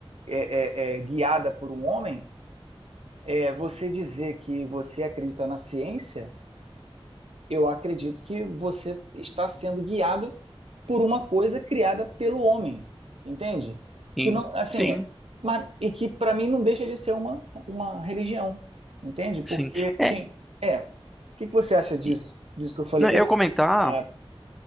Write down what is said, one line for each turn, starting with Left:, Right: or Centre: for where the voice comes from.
Right: é, é, é, guiada por um homem é você dizer que você acredita na ciência, eu acredito que você está sendo guiado por uma coisa criada pelo homem, entende?
Centre: Sim,
Right: Que não, assim,
Centre: sim,
Right: é- mas, e que para mim não deixa de ser uma, uma religião, entende? Porque
Centre: sim. É,
Right: quem é? O que que você acha disso?
Centre: e-
Right: Disso que eu falei?
Centre: não, eu
Right: Eu não
Centre: ia comentar.
Right: sei se eu fui claro.